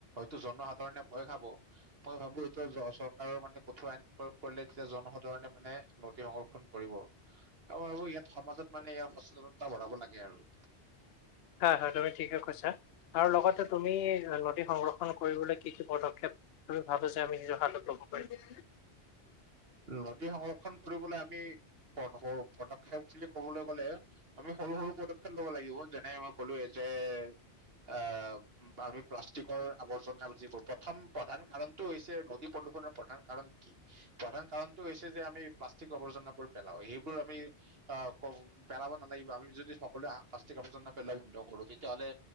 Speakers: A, on the right; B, on the left.
A: জনসাধাৰণে ভয় খাব মই ভাবো এইটো চৰকাৰৰ মানে কঠোৰ আইন প্ৰয়োগ কৰিলে তেতিয়া জনসাধাৰণ মানে নদী সংৰক্ষণ কৰিব আৰু আৰু ইয়াত সমাজত। মানে ইয়াৰ সচেতনতা বঢ়াব লাগে আৰু
B: হয় হয় তুমি ঠিকে কৈছা। আৰু লগতে তুমি নদী সংৰক্ষণ কৰিবলৈ কি কি পদক্ষেপ, তুমি ভাবিছা আমি নিজৰ হাতত ল'ব <unintelligible>
A: নদী সংৰক্ষণ কৰিবলৈ আমি- সৰু পদক্ষেপ বুলি কবলৈ গলে, আমি সৰু সৰু পদক্ষেপ লব লাগিব যেনে মই ক'লো এ। অ। বা আমি প্লাষ্টিকৰ আৱৰ্জনা যিবোৰ, প্ৰথম প্ৰধান কাৰণটো হৈছে নদী প্ৰদূষণৰ প্ৰধান কাৰণ কি? প্ৰধান কাৰণতটো হৈছে যে আমি প্লাষ্টিক আৱৰ্জনাবোৰ পেলাও সেইবোৰ আমি অ ক পেলাব নালাগে। আমি যদি সকলোৱে প্ৰালাস্তিক আবৰ্জনা নেপেলালো হ'লে তেতিয়াহ'লে